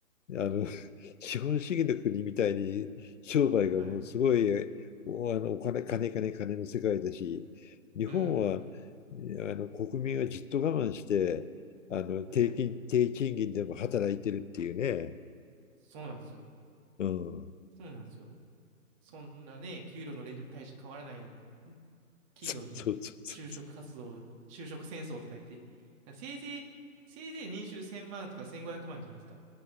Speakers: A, on the left; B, on the right.
A: あの、<laughs> 資本主義の国みたいに商売がもうすごい、
B: はい。
A: お、あの、お金、金、金、金の世界だし、日本は、
B: うん、うん、
A: あの、国民はじっと我慢して、あの、低金、
B: はい。
A: 低賃金でも働いてるっていうね。
B: そうなんですよ。
A: うん。
B: そうなんですよ。そんなね、給料のレンジも大して変わらない
A: <laughs>
B: 企業に就職活動、
A: そうそうそうそ
B: 就職戦争とか言って、せいぜい、せいぜい年収1000万とか1500万じゃないですか。